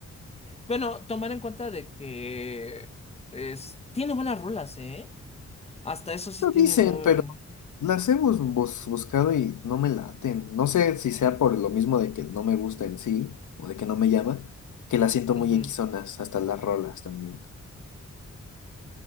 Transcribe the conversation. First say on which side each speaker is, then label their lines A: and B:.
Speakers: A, on the left; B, on the left.
A: Bueno, tomar en cuenta de que es, tiene buenas rolas, ¿eh? Hasta eso sí
B: Lo
A: tiene
B: dicen,
A: muy...
B: pero... Las hemos bus- buscado y no me laten. No sé si sea por lo mismo de que no me gusta en sí o de que no me llama, que las siento muy
A: Ujú.
B: equisonas, hasta las rolas también.